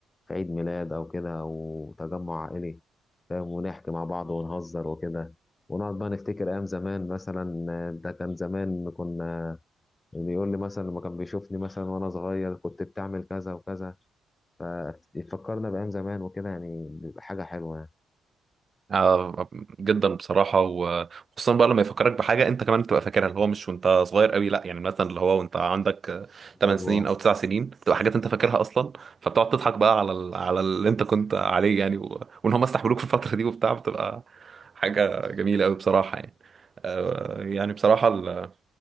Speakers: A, on the left; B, on the right.
A: في عيد ميلاد او كده او تجمع عائلي فاهم ونحكي مع بعض ونهزر وكده ونقعد بقى نفتكر ايام زمان مثلا آه، ده كان زمان كنا بيقول لي مثلا لما كان بيشوفني مثلا وانا صغير كنت بتعمل كذا وكذا فيفكرنا بايام زمان وكده يعني بيبقى حاجه حلوه يعني
B: آه، جدا بصراحة وخصوصا بقى لما يفكرك بحاجة انت كمان تبقى فاكرها اللي هو مش وانت صغير قوي لا يعني مثلا اللي هو وانت عندك آه، 8
A: ايوه
B: سنين او 9 سنين بتبقى حاجات انت فاكرها اصلا فبتقعد تضحك بقى على ال... على اللي انت كنت عليه يعني و... وان هم استحملوك في الفترة دي وبتاع بتبقى حاجة جميلة قوي بصراحة يعني آه، يعني بصراحة ال...